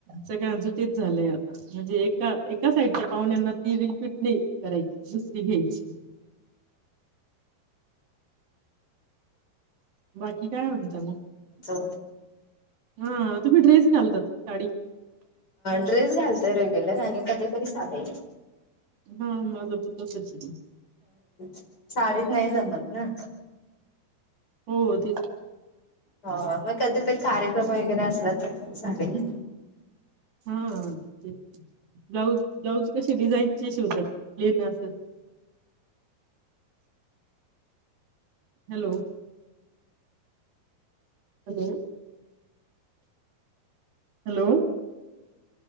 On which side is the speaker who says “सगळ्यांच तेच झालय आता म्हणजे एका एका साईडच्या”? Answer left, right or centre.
Right